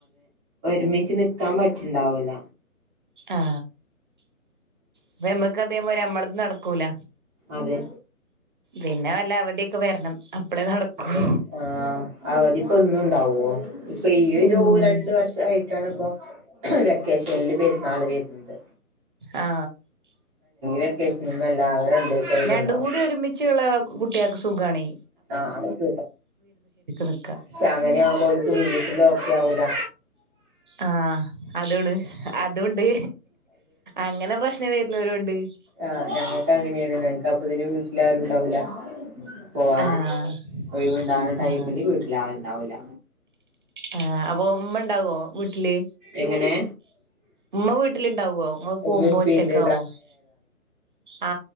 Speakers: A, in the centre; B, on the right (about 30°).
A: എണീച്ചു നിക്കാൻ പറ്റിണ്ടാവൂല
B: ആ അപ്പ നമ്മക്ക് അതേ അമ്മളന്നും നടക്കൂല
A: അതെ
B: പിന്നെ വല്ല അവധിയൊക്കെ വരണം അപ്പളേ നടക്കൂ
A: അതെ ആ അവധി ഒന്നും ഉണ്ടാവോ ഇപ്പൊ ഈ ഒരു
B: ഉം
A: രണ്ട് വർഷായിട്ടാണ് ഇപ്പൊ വെക്കേഷൻ എല്ല് പേര് നാളു പേരുണ്ട്
B: ആ
A: വെക്കേഷനൊന്നും അല്ല ആകെ രണ്ടീസം ഒഴിവുണ്ടാവും
B: രണ്ട് കൂടി ഒരുമിച്ചുള്ള കുട്ടികൾക്ക് സുഖാണെ
A: ആ ആക്ക
B: നിക്കാ
A: പക്ഷെ അങ്ങനെ ആവുമ്പോലെന്ത് ചെയ്യും ലോ ഓക്കെ ആവൂല
B: ആ അതാണ് അതൊണ്ട് അങ്ങനെ പ്രശ്നം വരുന്നവരും ഉണ്ട്.
A: ആ ഞങ്ങൾക്ക് അങ്ങനെയാണ് പുതിന് വീട്ടിലാരും ഉണ്ടാവൂല്ല പോകാനും
B: ആഹ്
A: ഒയുവുണ്ടാകുന്ന ടൈമില്
B: ആഹ്
A: വീട്ടില് ആളുണ്ടാവില്ല
B: ആ അപ്പൊ ഉമ്മ ഉണ്ടാവോ വീട്ടില്
A: എങ്ങനെ
B: ഉമ്മ വീട്ടിലുണ്ടാവുവോ നിങ്ങളു പോകുമ്പോ
A: ഉമ്മീം ഉപ്പീണ്ട്
B: ഒറ്റക്കാവോ ആ